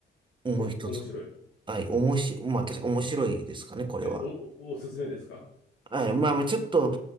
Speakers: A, on the right; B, on the left.
A: もう一つ、
B: お、面白い。
A: はい、おもし、まあ、私、面白いですかね、これは。
B: え、お、お、おすすめですか
A: はい。まあまあ、ちょっと、